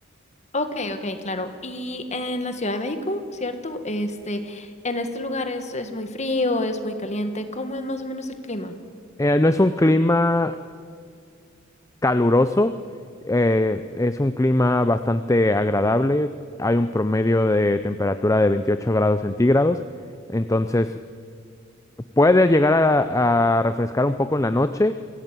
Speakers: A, on the left; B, on the left.
A: Ok, ok, claro. Y en la Ciudad de México, ¿cierto? Este, en este lugar es, es muy frío, es muy caliente. ¿Cómo es más o menos el clima?
B: Eh, no es un clima caluroso, eh, es un clima bastante agradable. Hay un promedio de temperatura de 28 grados centígrados, entonces Puede llegar a, a refrescar un poco en la noche,